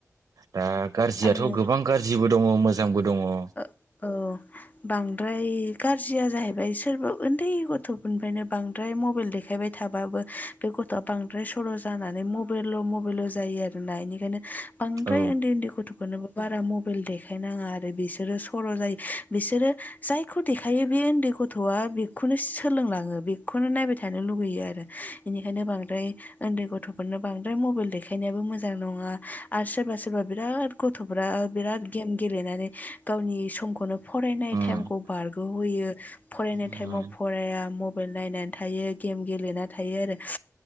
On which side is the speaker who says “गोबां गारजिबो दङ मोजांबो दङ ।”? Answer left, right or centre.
Right